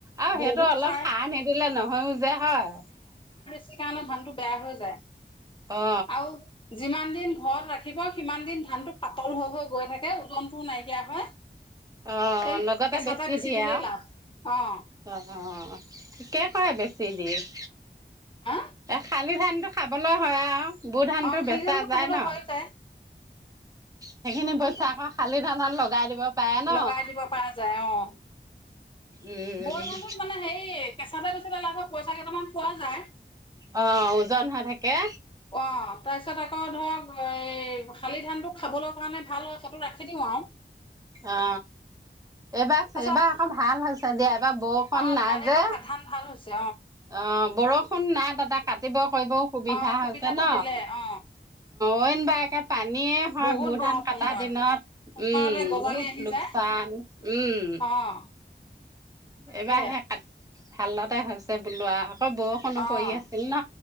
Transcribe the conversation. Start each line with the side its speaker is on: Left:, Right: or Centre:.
Right: আৰু
Left: বহুত
Right: সেইটো অলপ
Left: সাৰ
Right: খাৰ নেদিলে নহয়ও যে হয়।
Left: সেইকাৰণে ধানতটো বেয়া হৈ যায়
Right: অ
Left: আৰু যিমান দিন ঘৰত ৰাখিব সিমান দিন ধানটো পাতল হৈ- হৈ গৈ থাকে ওজনতটোও নাইকিয়া হয়।
Right: অ
Left: এই
Right: লগতে
Left: কেঁচাতেটা বেছি
Right: দিয়ে
Left: দিলেই
Right: আৰু
Left: লাভ। অঁ
Right: অ ', -অ ', ঠিকে কৰে বেছি দিয়ে? <inaudible>
Left: হা
Right: এ খালি ধান টো খাবলৈ হয় আৰু বু ধানটো
Left: অঁ খালি
Right: বেচা
Left: ধানটো
Right: যায়
Left: খাবলৈ
Right: ন।
Left: হৈ যায়
Right: সেইখিনি
Left: বৈ
Right: পইচা
Left: ধানটোত
Right: আকৌ খালি ধানত লগাই দিব পাৰে ন
Left: লগাই দিব পৰা যায় অ
Right: উম
Left: ব ধানটোত মানে হেৰি কেঁচাতে বেচিতে লাভৰ পইচা কেইটামান পোৱা যায়
Right: অ ওজন হৈ থাক কে
Left: অ', তাৰপিছত আকৌ ধৰক এ শালি ধানটো খাবলৈ কাৰণে ভাল হয় সটো ৰাখি দিওঁ আও
Right: অ এইবাৰ
Left: তাৰপাছত
Right: এইবাৰ অকৌ ভাল হৈছ ত দে ত বৰষুণ
Left: অ',
Right: নাই
Left: ভাল এইবাৰ
Right: যে
Left: ভা- ধান ভাল হৈছে
Right: অ বৰষুণ নাই তাতে কাটিব কৰিবও সুবিধা
Left: অ', সুবিধাটো
Right: হৈছে ন
Left: দিলে অ',
Right: অইন বা এটা পানীয়ে হয়
Left: বহুত
Right: বুৰ
Left: বৰষুণ
Right: ধান কটা
Left: হয়।
Right: দিনত
Left: পথাৰতে
Right: উম
Left: গজালি
Right: বহুত
Left: আহি
Right: লোকচান
Left: যায়
Right: উম
Left: অ', তাকে
Right: এবাৰ সে কাট ভালতে হৈছে বোলো আও আকৌ বৰষুণো
Left: অ',
Right: পৰি আছিল ন